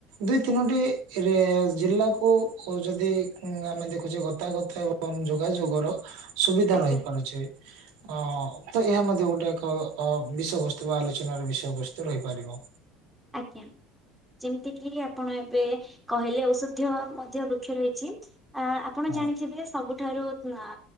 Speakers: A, on the right; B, in the centre.
A: ଦୁଇ ତିନୋଟି
B: ଆଜ୍ଞା
A: ଏଥିରେ ଜିଲ୍ଲାକୁ ଯଦି ଆମେ ଦେଖୁଛେ ଗତାଗତ ଏ ବଂ ଯୋଗାଯୋଗର ସୁବିଧା
B: ଆଜ୍ଞା
A: ରହିପାରୁଛି
B: ଆଜ୍ଞା
A: ଅଁ ତ ଏହା ମ କିନ୍ତୁ ଗୋଟେକ ଅ ବିଷୟବସ୍ତୁ ବା ଆଲୋଚନାର ବିଷୟବସ୍ତୁ ରହିପାରିବ।
B: ଆଜ୍ଞା। ଯେମତି କିି ଆପଣ ଏବେ କହିଲେ ଔଷଧୀୟ ମଧ୍ୟ ବୃକ୍ଷ ରହିଛି ଆପ ଆପଣ
A: ହଁ।
B: ଜାଣିଥିବେ ସବୁ ଠାରୁ ଆ